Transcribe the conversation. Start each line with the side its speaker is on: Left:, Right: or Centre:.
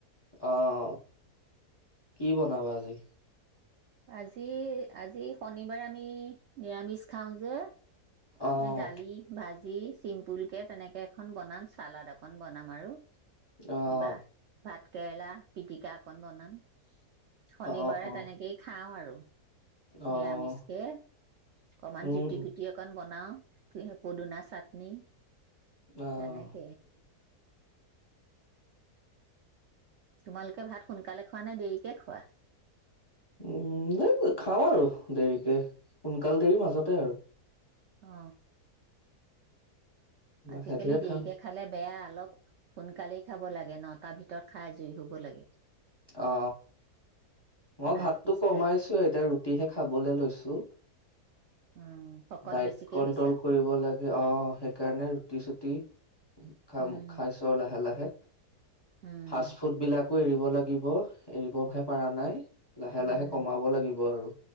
Left: অহ কি বনাবা আজি
Right: আজি আজি শনিবাৰে আমি নিৰামিষ খাওঁ যে
Left: আহ
Right: এই দালি ভাজি যি চিম্পুলকে তেনেকে এখন বনাম চালড অকন বনাম আৰু
Left: অহ
Right: কিবা ভাত কেৰেলা পিটিকা অকন বনাম শনিবাৰে
Left: আহ অ
Right: তেনেকেই খাওঁ আৰু আৰু
Left: আহ
Right: নিৰামিষকে অকমান
Left: উম
Right: জুতি পুতি অকণ বন বনাও পদুনা চাটনি
Left: বাহ
Right: তেনেকে তোমালোকে ভাত সোনকালে খোৱা নে দেৰিকে খোৱা
Left: উম এই খাওঁ আৰু দেৰিকে সোনকাল দেৰি মাজতে আৰু
Right: অ আজিকালি
Left: সেধিৰে
Right: দেৰিকে
Left: খাম
Right: খালে বেয়া অলপ সোনকালেই খাব লাগে নটাৰ ভিতৰত খাই আজৰি হ'ব লাগে
Left: অ মই
Right: লাইফ
Left: ভাতটো
Right: ষ্টাইল
Left: কমাইছো এতিয়া ৰুটিহে খাবলে লৈছো
Right: উম শকত
Left: ডাইট
Right: বেছিকে
Left: কন্ট্ৰল
Right: হৈছা
Left: কৰিব লাগে অ সেইকাৰণে ৰুটি চুটি খাম
Right: উম
Left: খাইছো লাহে লাহে
Right: উম
Left: ফাষ্ট ফুড বিলাক কো এৰিব লাগে লাগিব এৰিবহে পাৰা নাই লাহে
Right: উম
Left: লাহে কমাব লাগিব আৰু